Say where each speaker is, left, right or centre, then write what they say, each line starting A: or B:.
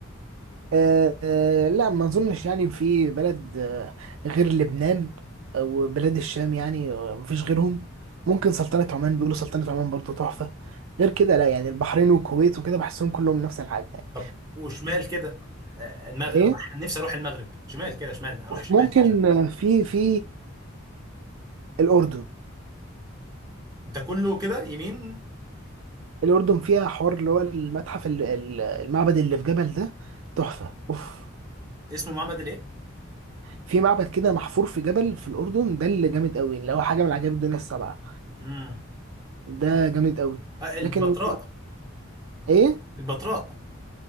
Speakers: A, on the right; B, on the right.
A: آه آه، لا ما اظنش يعني في بلد آه غير لبنان او بلاد الشام يعني آه، مفيش غيرهم ممكن سلطنة عمان بيقولوا سلطنة عمان برضو تحفة غير كده لا يعني البحرين والكويت وكده بحسهم كلهم نفس الحاجة يعني
B: طب وشمال كده آه، المغرب
A: ايه
B: أنا نفسي اروح المغرب شمال كده شمال اروح شمال
A: ممكن
B: كده
A: آه، في في الأردن
B: ده كله كده يمين
A: الأردن فيها حوار اللي هو المتحف ال- ال- المعبد اللي في جبل ده تحفة اوف
B: اسمه معبد الايه
A: في معبد كده محفور في جبل في الأردن ده اللي جامد قوي اللي هو حاجة من عجائب الدنيا السبعة
B: امم
A: ده جامد قوي
B: آه، البتراء
A: لكن ايه
B: البتراء